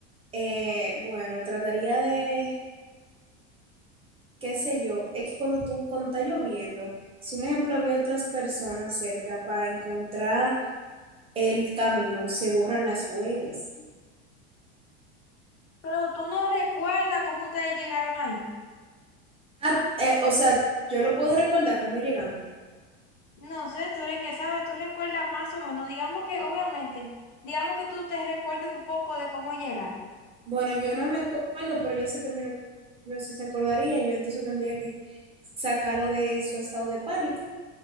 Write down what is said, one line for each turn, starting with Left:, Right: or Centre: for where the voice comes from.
Right: Eh, bueno, trataría de, qué sé yo, es que cuando tú, cuando está lloviendo, si un ejemplo había otras personas cerca para encontrar el camino, se borran las huellas.
Left: Pero tú no recuerdas cómo ustedes llegaron ahí.
Right: Ah, eh, o sea, yo lo puedo recordar cómo llegamos.
Left: No sé, tú eres que sabes, tú recuerdas más o menos. Digamos que, obviamente, digamos que tú te recuerdes un poco de cómo llegar.
Right: Bueno, yo no me acuerdo, pero yo sé que mi novio sí se acordaría, yo entonces tendría que sacarlo de su estado de pánico